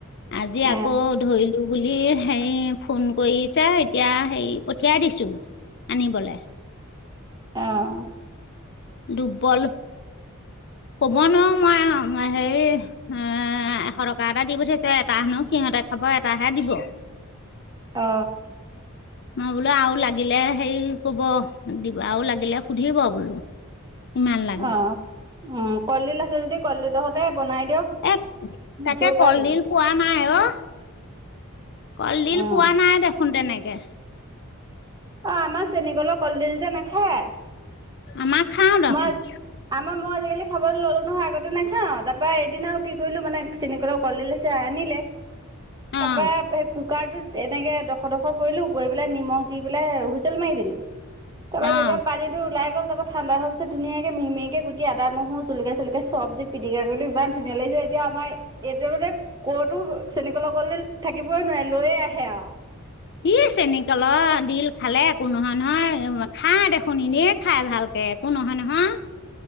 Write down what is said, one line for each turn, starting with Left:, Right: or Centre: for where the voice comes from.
Left: আজি আকৌ
Right: অ',
Left: ধৰিলোঁ বুলি হেৰি ফোন কৰিছে এতিয়া হেৰি পঠিয়াই দিছো আনিবলে
Right: অঁ
Left: দুৰ্বল কব নোৱাৰো মই আ হেৰি এ এশ টকা দি পঠাইছো এটা হেনো সিহঁতে খাব এটাহে দিব।
Right: অ
Left: মই বোলো আউ লাগিলে হেৰি কব দিব আউ লাগিলে সুধিব বোলো। ইমান লাগে
Right: অ'। উম কলডিল আছে যদি কলডিলহতে বনাই দিয়ক।
Left: এ তাকে
Right: জোৰ পাই
Left: কলডিল
Right: যাব।
Left: পোৱা নাই অ। কলডিল
Right: অ',
Left: পোৱা নাই দেখোন তেনেকে।
Right: অ' আমাৰ চেনী কলৰ কলডিল যে নাখায়।
Left: আমাৰ খাওঁ দেখোন।
Right: মই আমাৰ মই আজিকালি খাবলৈ ল'লোঁ নহয় আগতে নাখাওঁ, তাৰপৰা এদিনা আৰু কি কৰিলোঁ মানে চেনি কলৰ কলডিল এটা আনিলে,
Left: অঁ
Right: তাৰপা কুকাৰটোত এনেকে, ডোখৰ ডোখৰ কৰিলো, কৰি পেলাই নিমখ দি পেলাই হুইচেল মাৰি দিলোঁ। তাৰ পৰা যেতিয়া
Left: অঁ
Right: পানীটো ওলাই গ'ল তাৰপা ঠাণ্ডা হ'ল পিছত ধুনীয়াকে মিহি মিহিকে কুটি আদা, নহৰু, জলকীয়া-চলকীয়া চব দি পিটিকা কৰিলো ইমান ধুনীয়া লাগিছে এতিয়া আমাৰ এতিয়া মানে ক'তো চেনীকলৰ কলডিল থাকিবই নোৱাৰে, লৈয়ে আহে আৰু।
Left: ই চেনী কলৰ ডিল খালে একো নহয়, নহয়। এ খায় দেখোন এনেই খাই ভাল দে একো নহয়, নহয়।